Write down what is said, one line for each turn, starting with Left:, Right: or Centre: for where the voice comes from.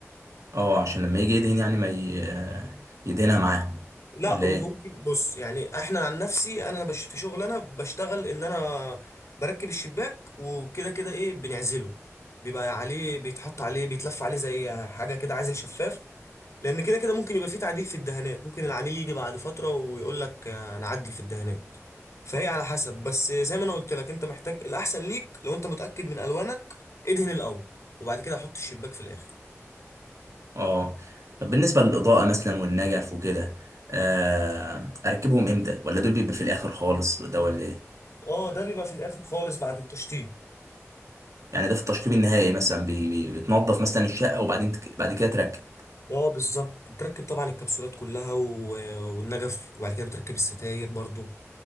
Right: اه عشان لما يجي يدهن يعني ما ي... آه، يدهنها معاه
Left: لا
Right: ولا
Left: وممكن
Right: ايه
Left: بص يعني احنا عن نفسي انا بش في شغل انا بشتغل ان انا بركب الشباك وكده كده ايه بنعزله بيبقى عليه بيتحط عليه بيتلف عليه زي حاجه كده عازل شفاف لان كده كده ممكن يبقى فيه تعديل في الدهانات ممكن العميل يجي بعد فتره ويقول لك آه، نعدل في الدهانات فهي على حسب بس زي ما انا قلت لك انت محتاج الاحسن ليك لو انت متاكد من الوانك ادهن الاول وبعد كده حط الشباك في الاخر
Right: اه طب بالنسبة للإضاءة مثلا والنجف وكده آه اركبهم امتى ولا دول بيبقى في الاخر خالص ده ولا ايه
Left: اه ده بيبقى في الاخر خالص بعد التشطيب
Right: يعني ده في التشطيب النهائي مثلا بي... بي... بتنظف مثلا الشقة وبعدين تك... بعد كده تركب
Left: اه بالظبط بتركب طبعا الكبسولات كلها و... والنجف وبعد كده بتركب الستاير برضو